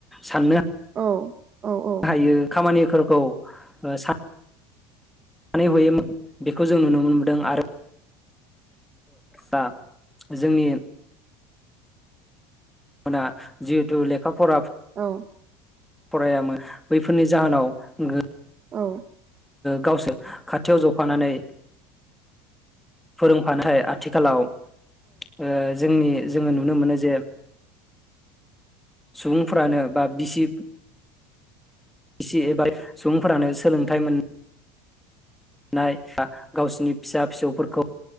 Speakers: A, in the centre; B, on the right.
A: साननो
B: औ औ औ
A: हायो खामानि फोरखौ सानानै <unintelligible> मोन बेखौ जों जों नुनो मोनदों आरो दा जोंनि माना जिहेथु लेखा फरा
B: औ
A: फरायामोन बैफोरनि जाहोनाव गो
B: औ
A: गावसोर खाथियाव जफानानै फोरोंफानोहाय आथिखालाव ओ जोंनि जोङो नुनो मोनो जे सुबुंफ्रानो बा बिसि सि एबा सुबुंफोरानो सोलोंथाइ मोननाय <inaudible> गावसिनि फिसा फिसौफोरखौ